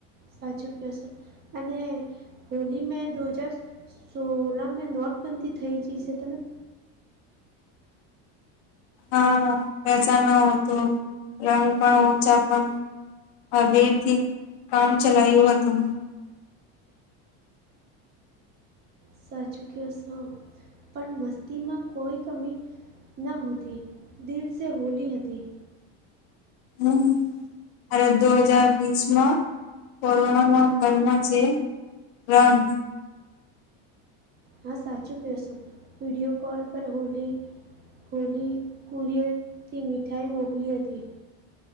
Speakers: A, on the right; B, on the left.
A: સાચું કયોશો અને હોલી મે દો હજાર... સોલા મેં નોટબંધી થઈ જઈ છે તમે...
B: હા પૈસા નતું રંગ પણ ઓછા પણ... આ વેર થી કામ ચલાવી લેવાતું હતું.
A: સાચુ કયોશો. પણ મસ્તીમાં કોઈ કમી ન હતી. દિલસે હોલી હતી.
B: હમ. દો હજાર વીસમાં કોરોનામાં ઘરમાં જે.. <unintelligible>
A: હા સાચું કયોશો વિડીયો કોલ પર હોલી... હોલી કુરીયરથી મીઠાઈ મોકલી હતી.